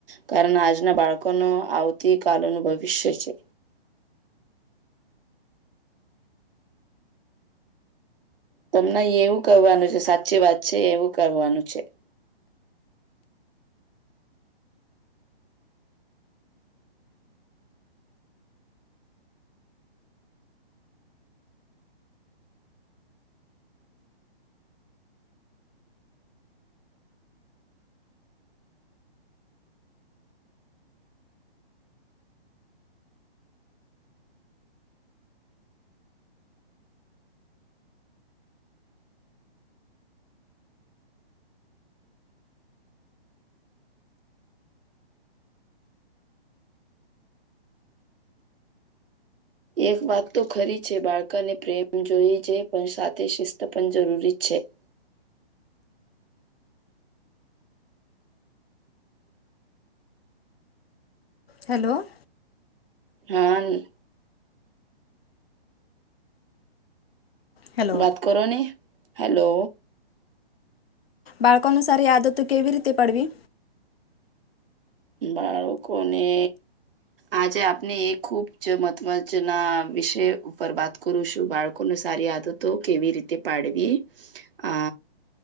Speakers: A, on the right (about 60°); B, on the left (about 70°).
A: કારણ આજના બાળકોનું આવતી કાલનું ભવિષ્ય છે. તમને યેવુ કરવાનુ છે સાચી વાત છે એવુ કરવાનુ છે. <inaudible> એક વાત તો ખરી છે બાળકાને પ્રેમ જોઈ છે પણ સાથે શિસ્ત પણ જરૂરી છે. <inaudible>
B: હલો.
A: હા.
B: હેલો.
A: વાત કરો ને હેલો.
B: બાળકોનુ સારી આદત કેવી રીતે પડવી?
A: બાળકોને આજે આપને એ ખુબ જ મતમજ ના વિશે ઉપર વાત કરું છું બાળકોને સારી આદતો કેવી રીતે પાડવી આ